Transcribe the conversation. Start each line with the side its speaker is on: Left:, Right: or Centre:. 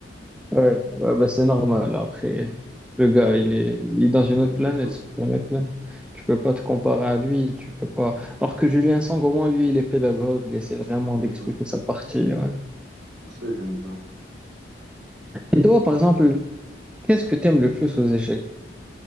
Centre: Ouais, ouais, bah c'est normal. Après, le gars,
Right: T'arrives?
Centre: il est, il est dans une
Right: Ouais,
Centre: autre
Right: il
Centre: planète.
Right: est trop
Centre: cette
Right: chaud.
Centre: planète-là. Tu peux pas te comparer à lui. Tu peux pas. Alors que Julien Sang, au moins, lui, il est pédagogue. Il essaie vraiment
Right: Je
Centre: d'expliquer
Right: vois.
Centre: sa partie. ouais.
Right: C'est pour ça que j'aime bien.
Centre: Et toi, par exemple, qu'est-ce que t'aimes le plus aux échecs?